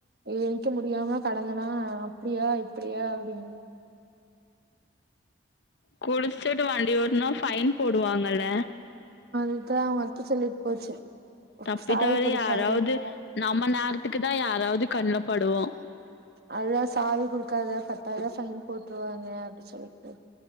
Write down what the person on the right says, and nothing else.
ஏன்க்க முடியா அவா கடந்தனா அப்டியா இப்டியா அப்டிங்குது
இதா அவங்க அத்த சொல்லிட் போச்சு
சாவி
குடுக்காதீங்க
அதுதா சாவி குடுக்காத பத்தாயிர்வா ஃபைன் போட்ருவாங்க சொல்லிட்டு